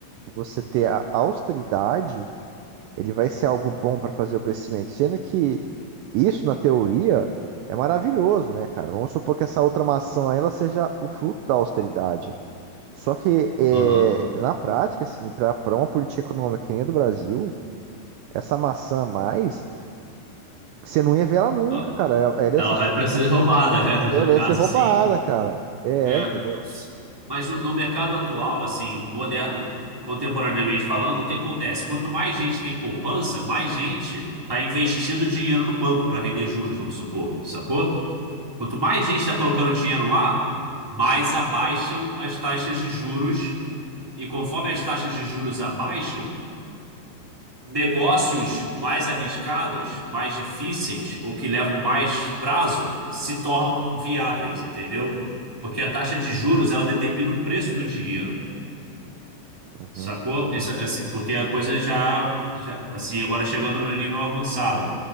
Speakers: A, on the right; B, in the centre.
A: você ter a austeridade, ele vai ser algo bom para fazer o crescimento, sendo que isso na teoria é maravilhoso, né, cara? Vamos supor que essa outra maçã aí, ela seja o fruto da austeridade. Só que é,
B: Aham.
A: na prática, assim, para uma política econômica que nem a do Brasil, essa maçã a mais que Você não ia ver ela nunca,
B: ó.
A: cara. Ela, ela
B: Ela
A: ia ser,
B: vai
A: su-
B: para
A: ela
B: ser
A: ia ser-
B: roubada, <laughs> é,
A: ela
B: no caso,
A: ia ser roubada,
B: sim.
A: cara. É,
B: É.
A: entendeu?
B: Mas no no mercado atual, assim, moderno, contemporaneamente falando, o que acontece? Quanto mais gente tem poupança, mais gente está investindo dinheiro no banco para render juros, vamos supor, sacou? Quanto mais gente está colocando dinheiro lá, mais abaixam as taxas de juros E conforme as taxas de juros abaixam, negócios mais arriscados, mais difíceis ou que levam mais prazo se tornam viáveis, entendeu? Porque a taxa de juros ela determina o preço do dinheiro,
A: Uhum.
B: sacou? Isso, assim, porque a coisa já, já assim agora chegando no nível avançado.